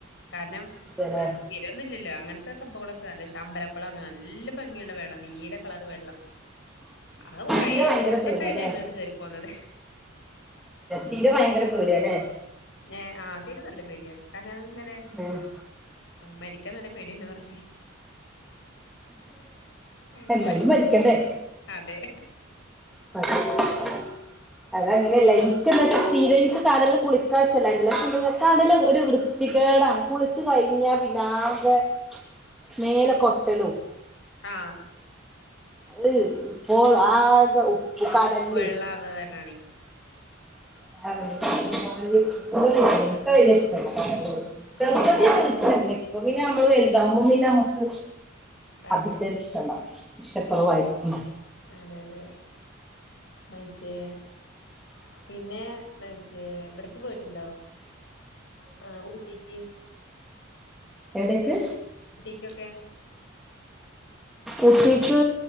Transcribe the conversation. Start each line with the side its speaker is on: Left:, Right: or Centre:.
Left: കാരണം
Centre: അതെല്ലേ
Left: സ്ഥിരൊന്നുല്ല്യല്ലോ അങ്ങനത്തെ സംഭവങ്ങളൊക്കെ നല്ല ഇഷ അമ്പലം നല്ല ഭംഗിയുള്ള വെള്ളം നീല കളർ വെള്ളം അത് കൊറേ
Centre: തിര ഭയങ്കര
Left: ഉച്ചക്കായിട്ട്
Centre: പേടിയാല്ലേ
Left: ഞങ്ങളങ്ങട് കേറി പോന്നത്
Centre: തിര ഭയങ്കര പേടിയാല്ലേ
Left: നേ ആ തിര നല്ല പേടിയാ കാരണം ഞങ്ങക്ക്ങ്ങനെ
Centre: ഏഹ്
Left: മരി ക്കാ നല്ല പേടിയാന്നാ പറഞ്ഞ് അങ്ങനെ
Centre: എന്നാലും മരിക്കണ്ടേ
Left: അതെ
Centre: <unintelligible> അത് അങ്ങനെയല്ല ഇക്ക് എന്താച്ചാ തിരിം ഇക്ക് കടല് ല് കുളിക്കാൻ ഇഷ്ടല്ലായിട്ടല്ല കടല് ഒര് വൃത്തികേടാ കുളിച്ച് കഴിഞ്ഞാ പിന്നാകെ മേലൊക്കെ ഒട്ടലും
Left: ആ
Centre: അഅ് ഇപ്പോൾ ആകെ ഉപ്പ്
Left: ആ
Centre: കടൽ
Left: ഉപ്പ്
Centre: ലെയ്
Left: വെള്ളം അത് കാരണാണേ
Centre: <unintelligible>
Left: അങ്ങനെ
Centre: ഇക്ക് അഅ് വല്യ ഇഷ്ടല്ല <unintelligible>
Left: ആഹ്
Centre: ഇപ്പ പിന്നെ വലുതാവുമ്പൊ പിന്നെ അമുക്ക്
Left: അതെ
Centre: അതിന്റെ ഒര് ഇഷ്ടണ്ട ഇഷ്ടക്കൊറവായിരിക്കും
Left: അതെ അതെ മറ്റേ പിന്നെ മറ്റേ ഇവടക്ക് പോയിട്ട്ണ്ടോ ആ ഊട്ടീക്ക്
Centre: എവടേക്ക്
Left: ക്ക്യൊക്കെ
Centre: ഊട്ടീക്ക്